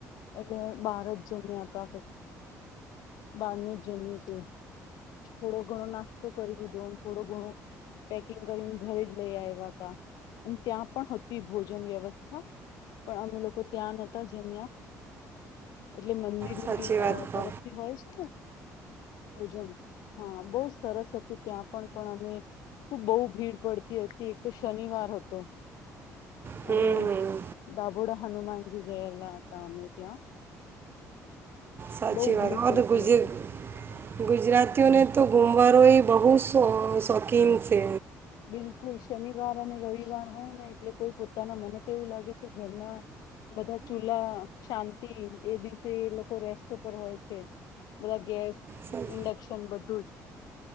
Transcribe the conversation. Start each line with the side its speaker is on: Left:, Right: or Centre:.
Left: એટલે બહાર જ જમ્યા હતા. બાર <unintelligible> જ જમય તું થોડો ઘણો નાસ્તો કરી લીધો અને થોડો ઘણો પેકિંગ કરીને ઘરે જ લઈ આવ્યા. ત્યાં પણ હતી ભોજન વ્યવસ્થા પણ અમે લોકો ત્યાં નતા જમ્યા. એટલે મંદિરની
Right: સાચી વાત
Left: અ
Right: કહો
Left: તરફથી હોય છે, ને. ઓજન હા બ સરસ હતું ત્યાં પણ પણ અમે ત બહુ ભીડ પડતી હતી. ત શનિવાર હતો હતો
Right: હમ
Left: અને
Right: હમ
Left: દાભોડા હનુમાનજી ગયેલા હતા અમે ત્યાં
Right: સાચી
Left: બહુ
Right: વાત
Left: ભીડ પડતી
Right: ઓર ગુજર
Left: હતી.
Right: ગુજરાતીઓને તો ગુમવારો એ <unintelligible> શોખીન છે.
Left: બિલકુલ શનિવાર અને રવિવાર હોય ને એટલે કોઈ પોતાના મને તો એવું લાગે છે, ઘરના બધા ચૂલા શાંત એ દિવસે એ લોકો <unintelligible> પર હોય છે, બધા ગેસ.
Right: સા-
Left: ઇન્ડક્શન બધું જ